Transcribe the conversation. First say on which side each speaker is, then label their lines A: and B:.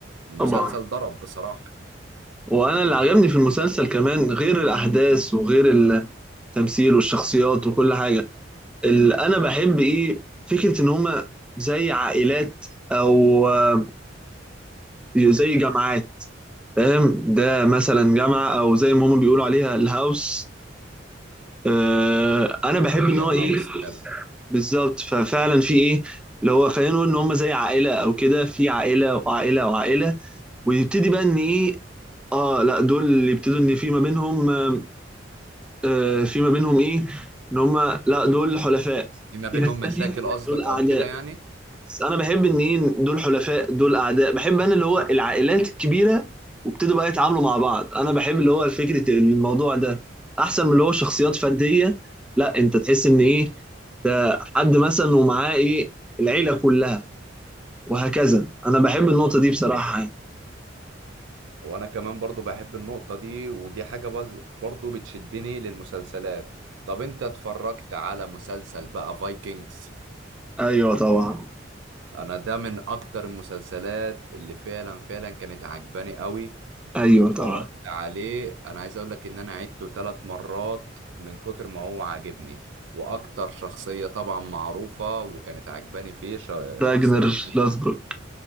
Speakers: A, on the right; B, in the centre.
A: المسلسل
B: طبعا
A: ضرب بصراحة
B: وانا اللي عجبني في المسلسل كمان غير الاحداث وغير التمثيل والشخصيات وكل حاجه اللي انا بحب ايه فكره ان هما زي عائلات او آه، زي جامعات فاهم ده مثلا جامعه او زي ما هما بيقولوا عليها الهاوس آه، انا بحب ان
A: هي
B: هو
A: الهاوس
B: ايه
A: فعلا
B: بالظبط ففعلا في ايه اللي هو خلينا نقول ان هم زي عائله او كده في عائله وعائله وعائله ويبتدي بقى ان ايه اه لا دول اللي يبتدوا ان في ما بينهم آه آه، في ما بينهم ايه ان هم لا دول حلفاء
A: في ما بينهم
B: في ناس تانية
A: مشاكل قصدك
B: دول اعداء
A: او كده يعني
B: بس انا بحب ان ايه دول حلفاء دول اعداء بحب انا اللي هو العائلات الكبيره وابتدوا بقى يتعاملوا مع بعض انا بحب اللي هو فكره الموضوع ده احسن من اللي هو شخصيات فرديه لا انت تحس ان ايه ده حد مثلا ومعاه ايه العيله كلها وهكذا انا بحب النقطه دي بصراحه يعني.
A: وانا كمان برضو بحب النقطة دي ودي حاجة بز- برضو بتشدني للمسلسلات طب انت اتفرجت على مسلسل بقى فايكنجز
B: ايوه طبعا
A: انا ده من اكتر المسلسلات اللي فعلا فعلا كانت عجباني قوي
B: ايوه
A: واتفرجت
B: طبعا
A: عليه انا عايز اقول لك ان انا عدته ثلاث مرات من كتر ما هو عاجبني واكتر شخصية طبعا معروفة وكانت عجباني فيه ش- شخصية
B: راجنر
A: مين
B: لاثبروك